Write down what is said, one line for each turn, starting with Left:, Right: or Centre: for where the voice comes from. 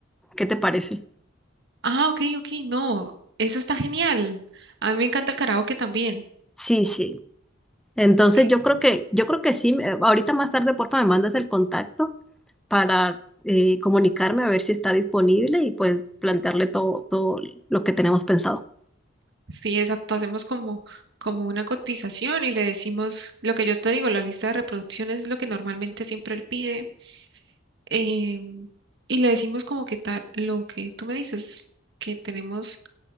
Centre: ¿Qué te parece?
Right: Ah, ok, ok, no, eso está genial. A mí me encanta el karaoke también.
Centre: Sí, sí. Entonces
Right: Eh,
Centre: yo creo que, yo creo que sí, eh, ahorita más tarde, porfa, me mandas el contacto para eh, comunicarme a ver si está disponible y pues plantearle todo, todo lo que tenemos pensado.
Right: sí, exacto, hacemos como, como una cotización y le decimos lo que yo te digo, la lista de reproducción es lo que normalmente siempre él pide. em, y le decimos como que tal, lo que tú me dices, que tenemos